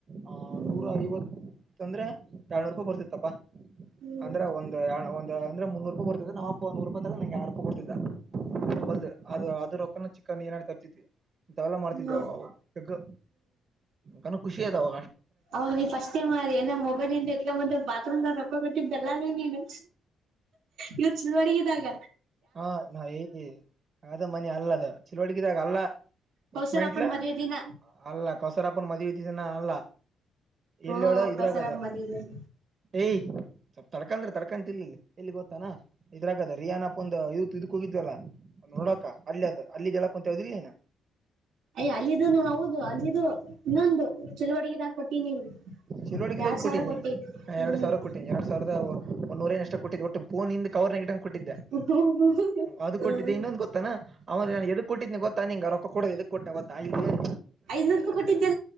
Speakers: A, on the right (about 45°); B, on the right (about 85°).
A: ಆ
B: ಹ್ಮ್
A: ನೂರ ಐವತ್ತ ಅಂದ್ರೆ ಎರಡ್ನೂರ್ ರೂಪಾಯಿ ಬರ್ತಿತ್ತಪ್ಪಾ.
B: ಹ್ಮ್
A: ಅಂದ್ರೆ ಒಂದ್ ಯಾ ಒಂದು ಅಂದ್ರೆ ಮುನ್ನೂ ರೂಪಾಯಿ ಬರ್ತಿತ್ತು ನಮ್ಮಪ್ಪ ನೂರು ರೂಪಾಯಿ ತಗಂಡು ನಂಗೆ ಯರಡ್ ರೂಪಾಯಿ ಕೋಡ್ತಿದ್ದ. <unintelligible>
B: ಹ್ಮ್
A: ಒದ ಅದು ಅದ್ರ ಏನ ನೀರನ್ನು ತರ್ತಿದ್ವಿ ಇಂಥವೆಲ್ಲ ಮಾಡ್ತಿದ್ವಾಗವು
B: ಹ್ಮ್
A: ಪೆಗ್ಗು ಕನು ಖುಷಿ ಅದಾವಾ
B: ಹೌದ ನೀನ್ ಫಸ್ಟ್ ಟೈಮ್ ಏನೊ ಮೊಬೈಲಯಿಂದ ಎಟ್ಲ ಮುಂದೆ ಬಾತ್ರೂಮ್ ವಕೋ ಬಿಟ್ಟಿದ್ದಲ್ಲ ರೀ ನೀನು. ಇವರು ಚುವಡಗಿದಾಗ.
A: ಹಾ ನಾವ <unintelligible> ಅದ ಮನಿ ಅಲ್ಲದ ಚಳುವಳಗದಾಗಲ್ಲ.
B: ಕೌಸರಪ್ಪನ್
A: ಉಚ್ಮೆಂಟ್ಲ
B: ಮದ್ವೆ ದಿನ
A: ಅಲ್ಲ ಕೋಸರಪ್ಪನ ಮದುವಿ ದಿನ ಅಲ್ಲ.
B: ಹ್ಮ
A: ಎಲ್ಲೇಳು ಇದ್ರಾಗದು
B: ಕೌಸರಪ್ಪ ಮದ್ವೆ ದಿನ
A: ಏಯ್. ತಡ್ಕಂದ್ರೆ ತಡ್ಕಂತಿರ್ಲಿಲ್ಲ ಇಲ್ಲಿ ಗೊತ್ತಾತನ ಇದ್ರಾಗ ರಿಯಾನ ಒ ಇತ್ತು ಇದಕ್ಕ ಹೋಗಿದ್ವಲ್ಲ ನೋಡಾಕ ಅಲ್ಲಿ ಅದು ಅ ಅಲ್ಲಿ ಹೇಳಕ್ ಕುಂತಿ ಯಾವ್ದ ಎನ.
B: ಅಯ ಅಲ್ಲಿದುನು ಹೌದು ಅಲ್ಲಿದ್ದು ಇನ್ನೊಂದು ಚಳುವಡಿಗೆದ ಕೊಟ್ಟಿ ನೀನು.
A: ಚಳುವಳಿಗಿದ
B: ಎರಡ್ ಸಾವಿರ
A: ಕೊಟ್ಟೀನಿ
B: ಕೊಟ್ಟಿ ಹ್ಮ್
A: ಎರಡ್ ಸಾವಿರ ಕೊಟ್ಟೀನಿ ಎರಡ್ ಸಾವಿರದ. ಒಂದೂರ ಎಷ್ಟ ಕೊಟ್ಟಿದ್ದೆ ಒಟ್ಟು ಫೋನ್ ಇಂದ ಕವರಗ ಇಟ್ಕೊಂಡು ಕೊಟ್ಟಿದ್ದೆ.
B: ಹ್ಮ್
A: ಅದು ಕೊಟ್ಟಿದ್ದೆ ಇನ್ನೊಂದ್ ಗೊತ್ತಾನ ಅವಾಗ ನಾ ಎದುಕ್ ಕೊಟ್ಟಿದ್ದನಿ ಗೊತ್ತ <unintelligible> ನಿ ಅ ರೊಕ್ಕ ಕೋಡದ ಎದಕ್ ಕೊಟ್ಟೆ ಗೊತ್ತಾ ನಿನಗೆ.
B: ಐದನೂರು ರೂಪಾಯಿ ಕೊಟ್ಟಿದ್ದಲ್ಲಾ